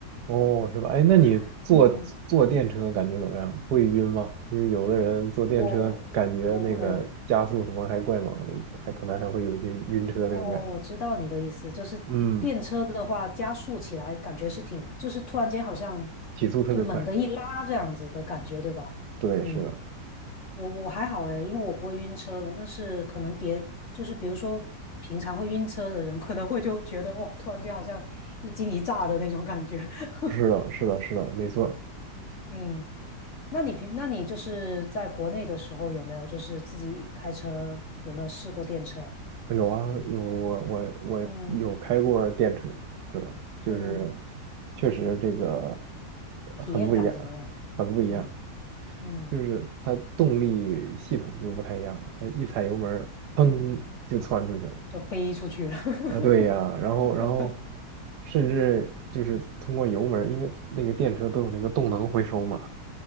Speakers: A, on the right; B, on the left.
A: 哦，是吧？哎，那你坐坐电车感觉怎么样？
B: <laughs> 嗯，
A: 会晕吗？因为有的人坐电车感觉那个加速什么还怪猛的，
B: 我不会。
A: 还可能还会有一些晕车那种感觉。
B: 哦，我知道你的意思，就是电车的话，
A: 嗯，
B: 加速起来感觉是挺，就是突然间好像
A: 提速特别快。
B: 就猛地一拉这样子的感觉，对吧？
A: 对，
B: 嗯。
A: 是的，
B: 我我还好诶，因为我不会晕车的，但是可能别就是比如说平常会晕车的人，可能会就觉得哦，突然间好像一惊一乍的那种感觉。<laughs>
A: 是的，是的，是的，没错。
B: 嗯，那你平那你就是在国内的时候有没有就是自己开车有没有试过电车啊？
A: 有啊，有我我我有开过电车，
B: 嗯
A: 是的，就是
B: 嗯，
A: 确实这个
B: 体验感怎么样？
A: 很不一样，很不一样。
B: 嗯嗯，
A: 就是它动力系统就不太一样了，它一踩油门儿，砰就窜出去了。
B: 就飞出去了。<laughs>
A: 啊，对呀，然后然后甚至就是通过油门儿，因为那个电车都有那个动能回收嘛，